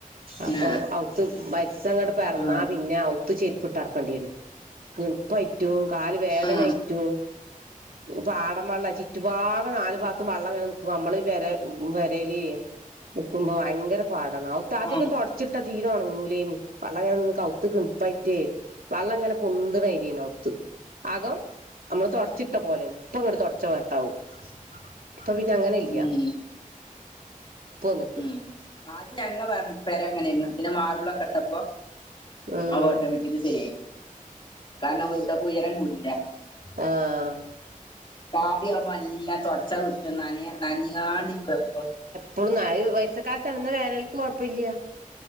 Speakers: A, on the left; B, on the right.
A: പിന്നെ
B: അപ്പൊ ഔത്ത് ബ ര്‌സം ങ്ങട്ട് പെറന്നാ
A: ആ
B: പിന്നെ ഔത്ത് ചെരിപ്പിട്ട് നടക്കണ്ടെരും കിണുപ്പായിറ്റും കാല് വേദനായിറ്റും
A: ആ
B: പാടം വള്ളം ചുറ്റുഭാഗം നല് ഭാഗത്തും വെള്ളംങ്ങനെ നി ക്കുവാ നമ്മള് പേ പേരേല് നിൽക്കുമ്പോ ഭയങ്കര പാടാണ് ഔത്ത് ആദ്യംക്കേ
A: ആ
B: തെടച്ച്ട്ടാ തീരേ ഉണങ്ങൂലേന്ന് വെള്ളംങ്ങനെ നിന്ന് ഔത്ത് കിണപ്പായിട്ടേ വള്ളം ഇങ്ങനെ പൊന്ത് കേരേനി ഔത്ത് അകം നമ്മള് തൊടച്ചിട്ട പോലെയാണ് ഇപ്പ ങ്ങട് തൊട്ച്ചപോ ണ്ടാവും പ്പൊ പിന്നേ അങ്ങനെ ഇല്ല
A: ഉം
B: വന്നിട്ട്
A: ഉം ആദ്യ ഞങ്ങ വ പേരെ അങ്ങനെയന്ന് പിന്നെ മാർബിളൊക്കെ ഇട്ടപ്പോ
B: ഉം
A: ഓട്ടോമേറ്റിക് ശരിയായി കാരണം ഇത് പോ ഉയരം കുടിയില്ലേ
B: ആഹ്
A: കാവ്യ ആവുമ്പോ എല്ലാം തുടച്ചാ വൃത്തിയാ നന നനയാണ്ടിരിക്കും എപ്പഴും
B: ഇപ്പോഴും വയസ്സക്കാല താ ണ് വേനൽക്ക് കുഴപ്പല്ല